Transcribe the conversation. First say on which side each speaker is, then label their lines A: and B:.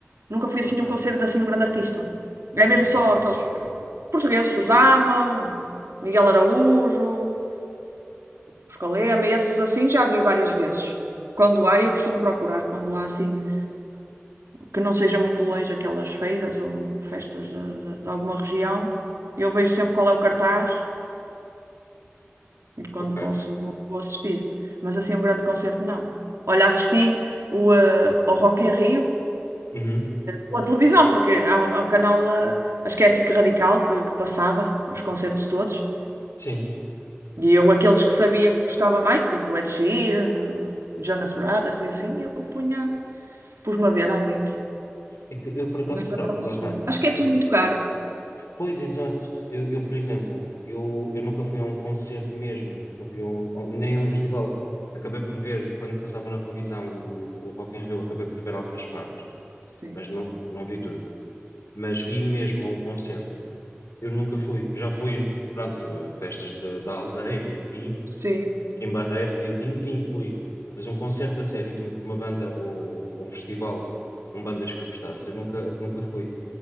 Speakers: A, on the right (about 85°); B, on the left (about 80°).
A: Nunca fui
B: Ok,
A: assim a um concerto assim de um grande artista. É mesmo
B: ok,
A: só aqueles eh, portugueses, os Dama, Miguel Araújo, os Calema, esses assim já vi várias vezes. Quando há, eu costumo procurar, quando há assim, que não seja muito longe aquelas feiras ou festas de, de de alguma região, eu vejo sempre qual é o cartaz e quando
B: ok.
A: posso vou assistir. Mas assim, um grande concerto, não. Olha, assisti o, eh, ao Rock in Rio
B: Uhum,
A: pela televisão, porque há, há o canal, eh, acho que é a SIC Radical, que, que passava os concertos todos.
B: Sim.
A: E eu, aqueles que sabia que gostava mais, tipo Ed Sheeran, Jonas Brothers e assim, eu punha, pus-me a ver à noite.
B: É que eu por acaso,
A: Mas por
B: pronto,
A: acaso não
B: lá
A: sou.
B: está.
A: Acho que é tudo
B: É que-
A: muito caro.
B: pois, exato. Eu, eu, por exemplo, eu, eu nunca fui a um concerto mesmo, nunca fui a um, a nem a um festival. Acabei por ver, quando passava na televisão o, o o Rock in Rio, acabei por ver algumas partes,
A: Sim.
B: mas não, não vi tudo. Mas ir mesmo a um concerto, eu nunca fui. Já fui, pronto, a festas de- da aldeia e assim,
A: Sim.
B: aqui em Barreiros e assim, sim, fui. Mas um concerto a sério de uma de uma banda ou, ou um festival com bandas que eu gostasse, eu nunca, nunca fui.